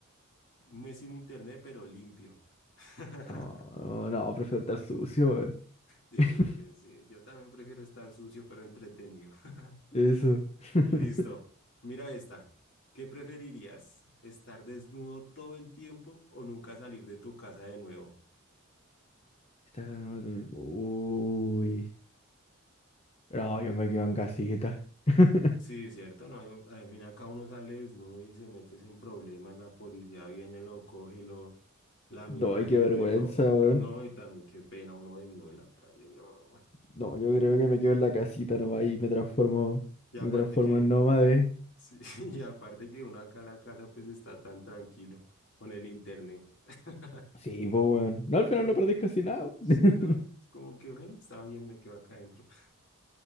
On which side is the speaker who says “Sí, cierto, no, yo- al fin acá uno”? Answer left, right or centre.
Left